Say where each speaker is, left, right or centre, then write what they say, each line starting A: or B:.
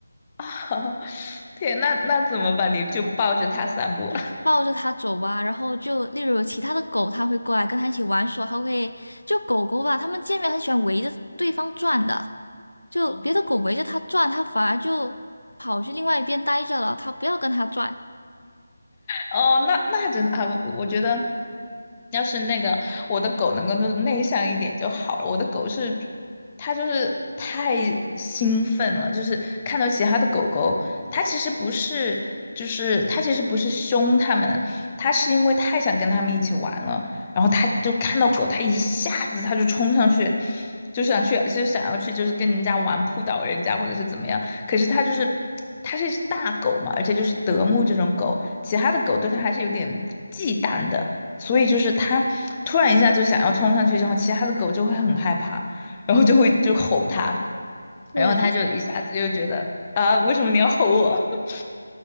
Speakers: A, on the left (about 25°); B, on the left (about 80°).
A: <laughs> 天，那那怎么办？你就抱着它散步。
B: 就抱着它走吧。然后就例如有其他的狗，它会过来跟它一起玩耍，它会就狗狗吧，它们见面很喜欢围着对方转的，就别的狗围着它转，
A: <laughs>
B: 它反而就跑去另外一边待着了，它不要跟它转。
A: 哦，那那真的啊，我觉得要是那个我的狗能够内内向一点就好了。我的狗是，它就是太兴奋了，就是看到其他的狗狗，它其实不是，就是它其实不是凶它们，它是因为太想跟它们一起玩了，然后它就看到狗，它一下子它就冲上去，就想去，就想要去，就是跟人家玩扑倒人家或者是怎么样。可是它就是，它是一只大狗嘛，而且就是德牧这种狗。其他的狗对它还是有点忌惮的，所以就是它突然一下就想要冲上去，然后其他的狗就会很害怕，然后就会就吼它，
B: 对，
A: 然后它就一下子就觉得啊，为什么你要吼我？<laughs>